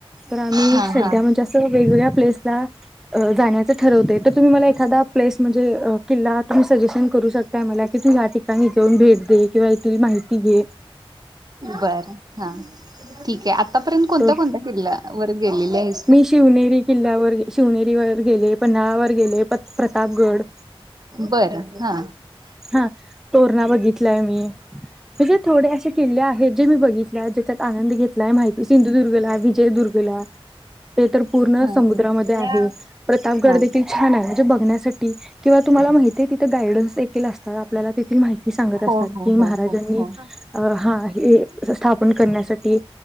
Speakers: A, in the centre; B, on the right (about 40°).
A: तर आम्ही
B: हा
A: सध्या
B: हा.
A: म्हणजे असं वेगवेगळ्या प्लेसला जाण्याचं ठरवतोय तर तुम्ही मला एखादा प्लेस म्हणजे किल्ला तुम्ही सजेशन करू शकताय मला कि तु ह्या ठिका काही जाऊन भेट दे किंवा इथली माहिती घे.
B: बर हा ठीक आहे आ आतापर्यंत कोणत्या
A: तर
B: कोणत्या किल्ल्या वर गेलेल्या आहेत?
A: मी शिवनेरी किल्ल्यावर शिवनेरीवर गेले, पन्हाळावर गेले, परत प्रतापगड.
B: बरं हा.
A: हा तोरणा बघित त्लाय मी हे जे थोडे असे किल्ले आहेत जे मी बघितले आहेत ज्याच्यात आनंद घेतलाय माहिती सिंधुदुर्गला, विजयदुर्गला. ते तर पूर्ण
B: हा.
A: समुद्रामध्ये आहे प्रतापगड
B: हा
A: देखील छान आहे. बघण्यासाठी किंवा तुम्हाला माहिती हे तिथं गायडन्स देखील अस दादा आपल्याला तिथे माहिती सांगत असतात
B: हो हो
A: की महाराजांनी
B: हो हो हो
A: अ हा हे स स्थापन करण्यासाठी